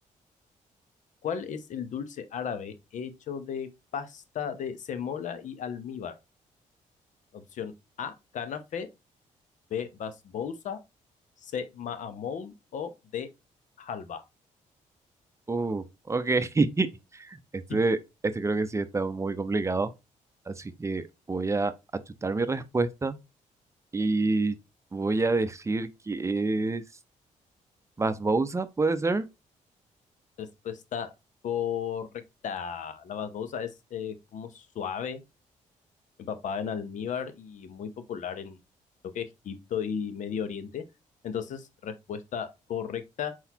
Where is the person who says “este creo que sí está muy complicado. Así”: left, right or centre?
Right